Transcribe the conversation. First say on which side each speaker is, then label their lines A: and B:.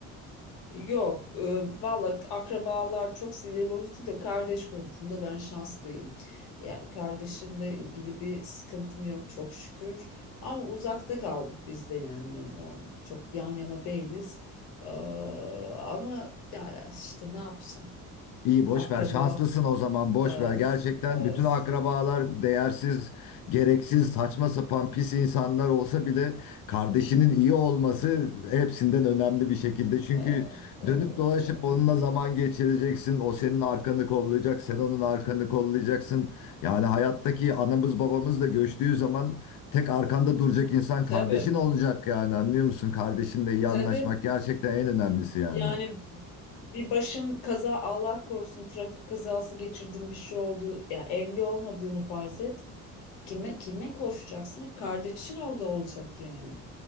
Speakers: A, on the left; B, on the left.
A: Yok, e, valla akrabalar çok sinir bozucu da kardeş konusunda ben şanslıyım. Yani kardeşimle ilgili bir sıkıntım yok çok şükür. Ama uzakta kaldık biz de yani O, çok yan yana değiliz. Ee, ama yani işte ne yapacağım?
B: İyi boş
A: Akraba,
B: ver. Şanslısın o zaman boş
A: evet,
B: ver. Gerçekten
A: evet,
B: bütün akrabalar değersiz, gereksiz, saçma sapan pis insanlar olsa bile kardeşinin iyi olması hepsinden önemli bir şekilde. Çünkü
A: evet, evet.
B: dönüp dolaşıp
A: evet.
B: onunla zaman geçireceksin. O senin arkanı kollayacak, sen onun arkanı kollayacaksın. Yani hayattaki anamız babamız da göçtüğü zaman tek arkanda duracak insan
A: Tabii,
B: kardeşin olacak yani. Anlıyor musun? Kardeşinle iyi
A: tabii.
B: anlaşmak gerçekten en önemlisi yani.
A: Yani bir başın kaza Allah korusun trafik kazası geçirdin bir şey oldu. Ya evli olmadığını farz et. Kime kime koşacaksın? Hep kardeşin orada olacak yani.